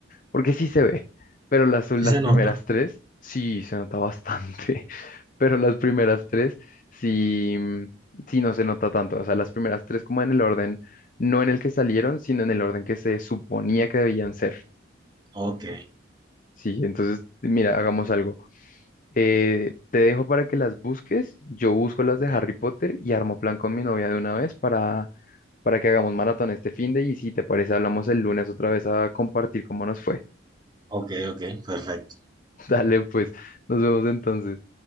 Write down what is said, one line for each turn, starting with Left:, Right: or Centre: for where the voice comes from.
Left: porque sí se ve, pero las, las
Right: ¿Sí se
Left: primeras
Right: nota?
Left: tres, sí, se nota bastante, <laughs> pero las primeras tres, sí, mm, sí no se nota tanto, o sea, las primeras tres como en el orden, no en el que salieron, sino en el orden que se suponía que debían ser,
Right: Ok,
Left: sí, entonces, mira, hagamos algo, Eh, te dejo para que las busques, yo busco las
Right: ok,
Left: de Harry Potter y armo plan con mi novia de una vez para... para que hagamos maratón este finde y si te parece hablamos el lunes otra vez a compartir cómo nos fue.
Right: ok, ok, perfecto.
Left: <laughs> Dale pues. Nos vemos entonces.